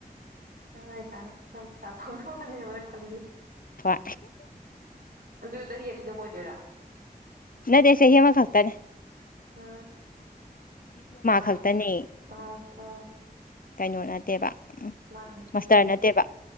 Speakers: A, on the right; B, on the left.
A: ꯀꯅꯩ ꯀꯅꯩ ꯅꯪꯄꯩꯁꯥ ꯐꯪꯕꯋꯥꯅꯦ ꯅꯪ ꯈꯂꯤꯁꯦ
B: ꯗ꯭ꯋꯥ
A: ꯑꯗꯨ ꯆꯍꯤ ꯑꯅꯤꯗꯨꯝ ꯑꯣꯏꯗꯣꯏꯔꯥ
B: ꯅꯗꯦ ꯆꯍꯤ ꯃ ꯈꯇꯅꯦ
A: ꯎ ꯃꯥ
B: ꯈꯛꯇꯅꯦ
A: ꯑ ꯑ
B: ꯀꯩꯅꯣ ꯅꯠꯇꯦꯕ ꯎꯝ
A: ꯑꯃꯨꯛ ꯇꯦꯜꯂꯤꯅꯤ
B: ꯃꯁꯇꯔ ꯅꯠꯇꯦꯕ